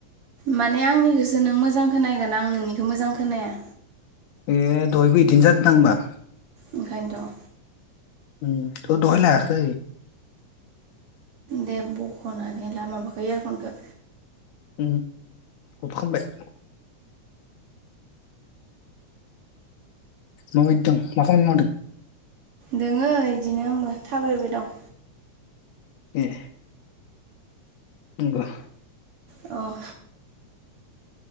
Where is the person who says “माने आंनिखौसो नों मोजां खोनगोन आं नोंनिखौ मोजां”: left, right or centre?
Right